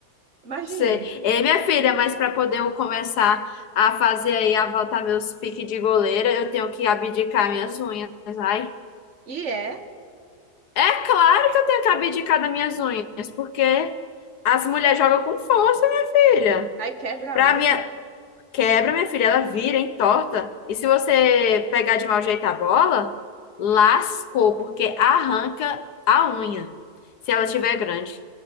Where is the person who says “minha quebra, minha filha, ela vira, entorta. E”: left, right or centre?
Left